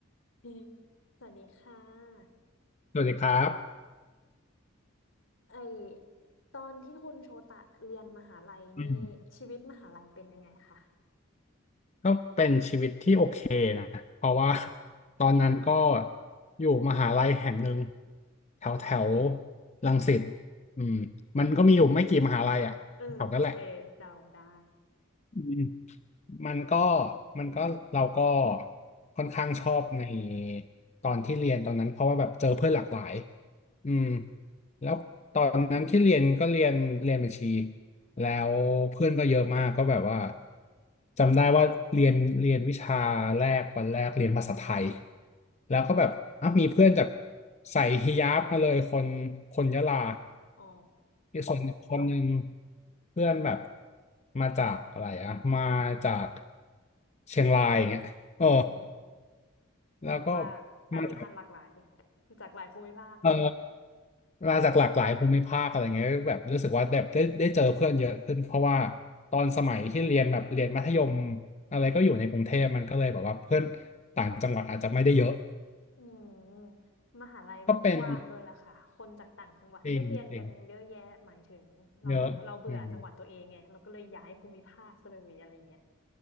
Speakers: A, on the left; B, on the left.
A: <laughs> อืมสวัสดีค่ะ
B: สวัสดีครับ
A: ไอตอนที่คุณโชตะเรียนมหาลัยนี่ชีวิตมหาลัยเป็นยังไงคะ
B: อืมก็เป็นชีวิตที่โอเคนะ เพราะว่า <laughs> ตอนนั้นก็อยู่มหาลัยแห่งหนึ่งแถวแถวรังสิตอืมมันก็มีอยู่ไม่กี่มหาลัยอ่ะแถวนั้นแหละ
A: อืมเออโอเคเดาได้
B: อืมมันก็มันก็เราก็ค่อนข้างชอบในตอนที่เรียนตอนนั้นเพราะว่าแบบเจอเพื่อนหลากหลายอืม แล้วตอนนั้นที่เรียนก็เรียนเรียนบัญชีแล้วเพื่อนก็เยอะมากก็แบบว่าจำได้ว่าเรียนเรียนวิชาแรกวันแรกเรียนภาษาไทยแล้วก็แบบอ่ะมีเพื่อนจากใส่ฮิญาบมาเลยคนคนยะลา
A: อ๋อ
B: อีกส่วนอีกคนหนึ่งเพื่อนแบบมาจากอะไรอะมาจากเชียงรายอย่างเงี้ยโอ้
A: อืม
B: แล้วก็
A: แบบว่าชาติพันธุ์หลากหลาย
B: มาจาก
A: จากหลายภูมิภาค
B: เออ มาจากหลากหลายภูมิภาคอะไรเงี้ยแบบรู้สึกว่าแบบได้ได้เจอเพื่อนเยอะขึ้นเพราะว่าตอนสมัยที่เรียนแบบเรียนมัธยมอะไรก็อยู่ในกรุงเทพมันก็เลยแบบว่าเพื่อนต่างจังหวัดอาจจะไม่ได้เยอะ
A: อืมมหาลัยมันกว้างด้วยล่ะค่ะคนจากต่างจังหวัดก็เรียนกันเยอะแยะหมายถึงเราเราเบื่อจังหวัดตัวเองไงเราก็เลยย้ายภูมิภาคซะเลยอะไรเงี้ย
B: ก็เป็นจริงจริงเยอะอืม